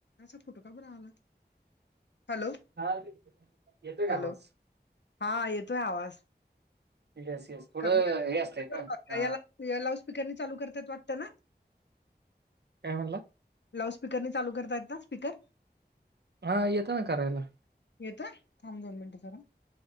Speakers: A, on the left; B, on the right.
A: असा फोटो का बर आलात हॅलो
B: हा येतोय का
A: हॅलो
B: आवाज?
A: हा येतोय आवाज
B: येस येस थोडं
A: कमी आवाज
B: हे असतंय ना अ
A: येतोय <unintelligible> या लावडस्पीकरनी चालू करतेय वाटन
B: काय म्हणलात
A: लाउड स्पीकर नि चालू करतायेत ना स्पीकर
B: हा येतं ना करायला
A: येताय थांब दोन मिनिट जरा